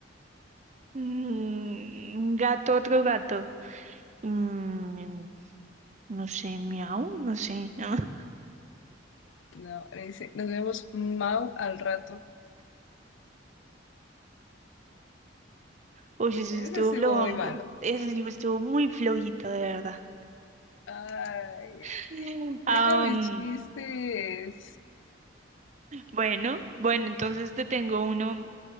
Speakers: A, on the right (about 40°); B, on the left (about 85°).
A: Mm, un gato, otro gato. Mm, no sé, miau, no sé. <laughs>
B: No, le dice, nos vemos mau al rato.
A: Oye, ese
B: Ese
A: sí estuvo
B: estuvo
A: flojongo.
B: muy malo.
A: Ese sí estuvo muy flojito, de verdad.
B: Ay,
A: <laughs> Am,
B: deja mis chistes.
A: bueno, bueno, entonces te tengo uno.